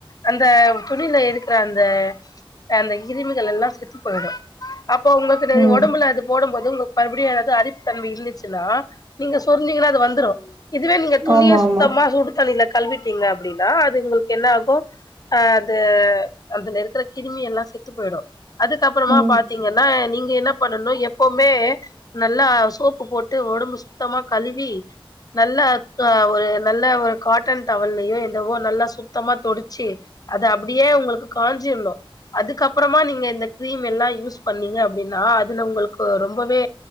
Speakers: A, on the left (about 40°); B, on the right (about 40°).
A: அந்த துணில இருக்கிற அந்த அந்த கிருமிகள் எல்லா செத்து போயிடும் அப்போ உங்களுக்குது
B: ம்
A: ஒடம்புல அது போடம் போ உங்கு மறுபடியு எதாவது அரிப்பு தன்ம இருந்துச்சுன்னா நீங்க சொரிஞ்சீங்கனா அது வந்துரு இதுவே நீங்க துணிய
B: ஆமா
A: சுத்தமா
B: ஆமா
A: சுடு தண்ணில கழிவிட் டிங்க அப்டினா அது உங்களுக்கு என்ன ஆகும் அது அதுல இருக்ற கிருமி எல்லா செத்து போயிரும் அதுக்கப்புறமா
B: ம்
A: பாத்தீங்கனா நீங் என்ன பண்ணணு எப்பவுமே நல்லா சோப்பு போட்டு ஒடம்பு சுத்தமா கழுவி நல்ல ஆ ஒரு நல்ல ஒரு காட்டன் டவல்லயோ எந்தவோ நல்ல சுத்தமா தொடு சு அது அப்டியே உங்களுக்கு காஞ்சினு அதுக்கப்புறமா நீங்க இந்த கிரீம் எல்லா யூஸ் பண்ணீங்க அப்டின்னா அதுல உங்களுக்கு ரொம்பவே